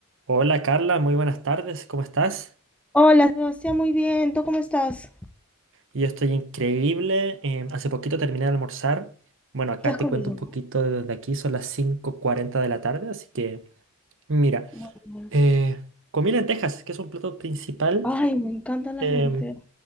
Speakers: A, on the right; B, in the centre.
A: Hola Carla, muy buenas tardes, ¿cómo estás?
B: Hola, Sebastián, muy bien. ¿Tú cómo estás?
A: Yo estoy increíble, em, hace poquito terminé de almorzar. Bueno, acá
B: ¿Qué has
A: te
B: comido?
A: cuento un poquito desde aquí, son las cinco cuarenta de la tarde, así que mira,
B: Muy bien.
A: eh, comí lentejas, que es un plato principal,
B: Ay, me encantan las
A: em,
B: lentejas.